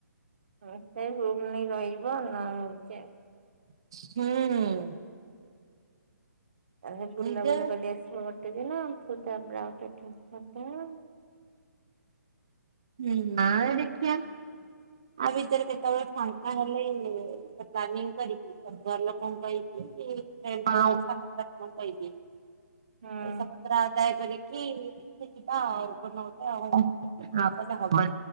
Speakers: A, on the right; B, on the right.
A: ହଁ ସେ ରୁମ୍ ନେଇ ରହିଜିବ ନହେଲେ ହଉଚି ଆଉ।
B: ହୁଁ।
A: ତାର ସେ ବୁଲା
B: ନିଜେ
A: ବୁଲି କରି ଆସିବ ଗୋଟେ ଦିନ ଫୁଣି ତାପରେ <unintelligible>
B: ହୁଁ ନାଇ ଦେଖିଆ। ଆ ଭିତରେ କେତେବେଳେ ଫାଙ୍କା ହେଲେ ପ୍ଲାନିଂ କରିକି ଘର ଲୋକଣ କହିକି <unintelligible>
A: ହୁଁ। ହୁଁ
B: ରା ଆଦାୟ କରିକି ଯିବା ଆଉ କୋଉ ଦିନ ଗୋଟେ ଆଉହେଲେ ହବ।